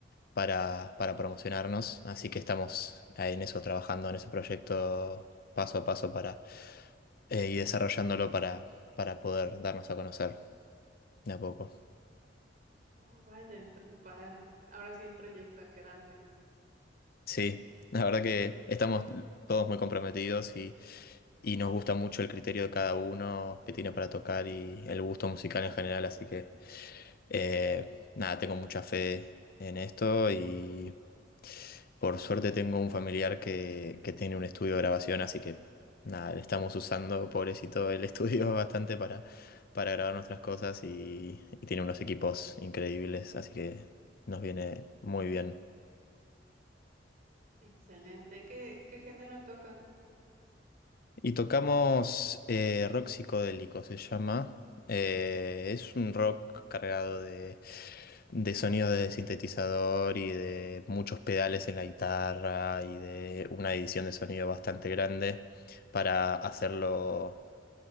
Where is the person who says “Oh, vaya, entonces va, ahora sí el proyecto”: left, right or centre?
Right